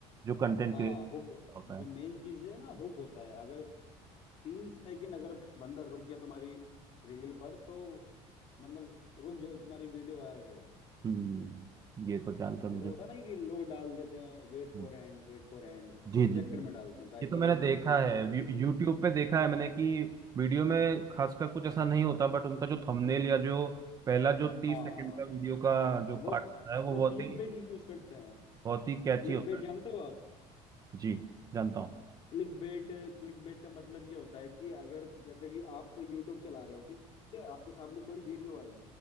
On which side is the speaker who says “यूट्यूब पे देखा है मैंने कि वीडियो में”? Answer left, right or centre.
Right